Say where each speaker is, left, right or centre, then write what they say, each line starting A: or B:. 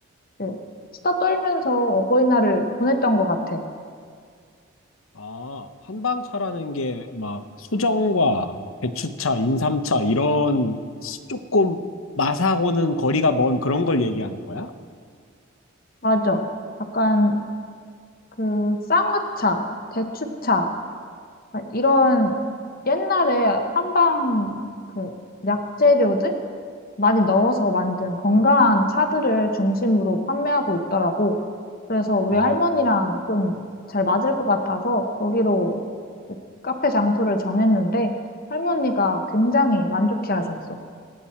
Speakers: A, on the left; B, on the left.
A: 이제 수다 떨면서 어버이날을 보냈던 것 같아.
B: 아, 한방차라는 게 막 수정과 배추차, 인삼차 이런 조금 맛하고는 거리가 먼 그런 걸 얘기하는 거야?
A: 맞아. 약간 그 쌍화차, 대추차 아, 이런 옛날에 한방 그 약재료들 많이 넣어서 만든 건강한 차들을 중심으로 판매하고 있더라고. 그래서 우리
B: 아,
A: 할머니랑 좀 잘 맞을 것 같아서 거기로 카페 장소를 정했는데 할머니가 굉장히 만족해 하셨어.